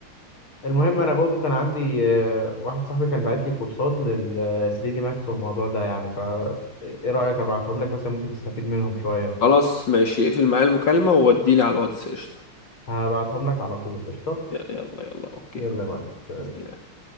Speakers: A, on the left; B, on the left.
A: المهم أنا برضو كان عندي آه، واحد صاحبي كان باعت لي كورسات لل 3 دي ماكس والموضوع ده يعني ف إيه رأيك أبعتهم لك مثلا ممكن تستفيد منهم شوية
B: خلاص ماشي اقفل معايا المكالمة ووديلي على الواتس قشطة
A: هبعتهم لك على طول قشطة
B: يلا يلا اوكي
A: يلا يا معلم
B: سلام.